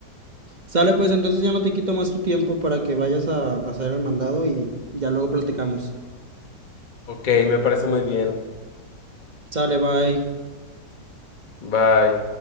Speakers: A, on the right (about 30°); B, on the left (about 30°).
A: Sale pues, entonces ya no te quito más tu tiempo para que vayas a, a hacer el mandado y ya luego platicamos.
B: ok, me parece muy bien.
A: Sale, bye.
B: Bye.